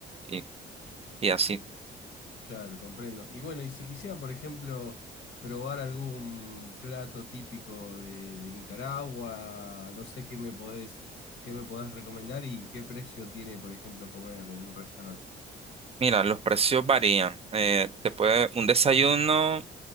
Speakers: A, on the right (about 30°); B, on the left (about 75°).
A: y, y así.
B: Claro, comprendo. Y bueno, y si quisiera, por ejemplo, probar algún plato típico de, de Nicaragua, no sé qué me podés, qué me podés recomendar y qué precio tiene, por ejemplo, comer en un restaurante.
A: Mira, los precios varían. Eh, te puede un desayuno.